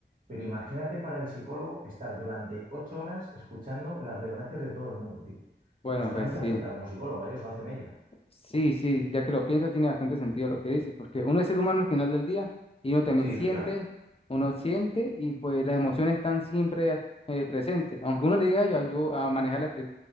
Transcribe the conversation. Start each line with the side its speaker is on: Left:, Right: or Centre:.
Right: Pero imagínate para el psicólogo estar durante ocho horas escuchando las desgracias de todo el mundo, tío.
Left: Bueno,
Right: Eso
Left: pues
Right: también
Left: sí,
Right: te afecta como psicólogo, ¿eh? Eso hace mella.
Left: sí, sí, ya que lo pienso, tiene bastante sentido lo que dice, porque uno es ser humano al final del día y uno también
Right: Sí,
Left: siente,
Right: efectivamente.
Left: uno siente y pues las emociones están siempre a- eh, presentes. Aunque uno le diga, yo ayudo a manejar los